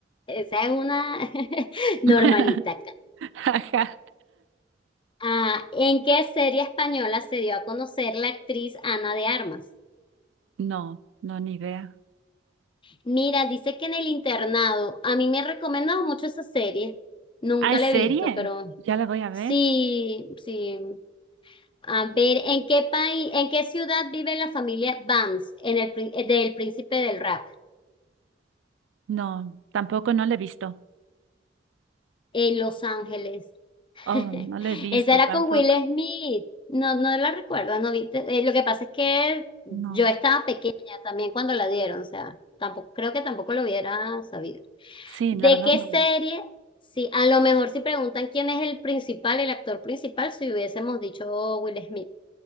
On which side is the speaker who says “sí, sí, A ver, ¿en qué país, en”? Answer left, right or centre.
Left